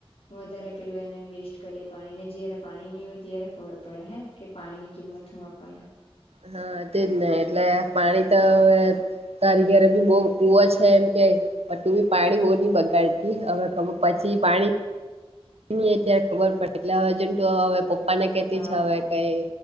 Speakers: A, on the left; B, on the right.
A: વધારે પેલું એને વેસ્ટ કરીએે પાણી ને જયારે પાણી નની હોય ત્યારે ખબર પડે હે કે પાણી ની કિંમત. મમાં પણ નને.
B: હા તેજ નહી એટલે પાણી તો હવે. તારી ઘેરે બી બહ કુવ છે, એમ કે બ તું બી પાણી બહુ નહી બગાડતી હવે ખબર પડી પાણી. એની અત્યારે ખબર પડે એટલે હવે જંતુ હવે પપ્પા ને કેતી
A: હા
B: છે હવે કઈ